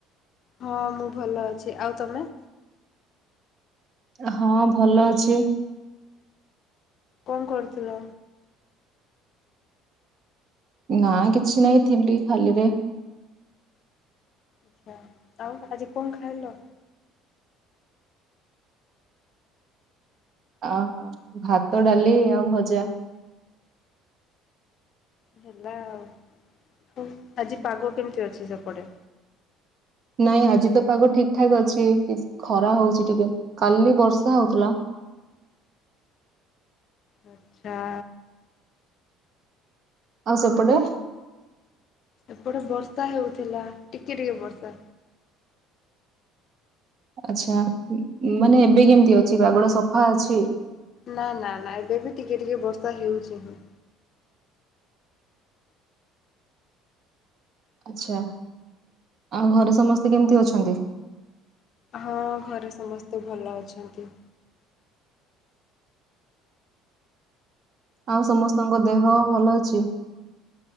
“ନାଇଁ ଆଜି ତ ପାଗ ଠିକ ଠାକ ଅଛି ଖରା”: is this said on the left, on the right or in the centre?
Right